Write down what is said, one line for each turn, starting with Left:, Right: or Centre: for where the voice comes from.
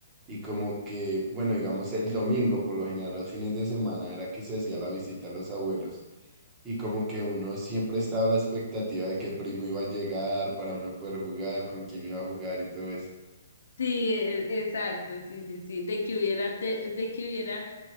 Right: y como que, bueno, digamos el domingo, por lo general los fines de semana era que se hacía la visita a los abuelos y como que uno siempre estaba a la expectativa de qué primo iba a llegar para uno poder jugar, con quién iba a jugar y todo eso.
Left: Sí, e- exacto, sí, sí, sí, de que hubiera, de, de que hubiera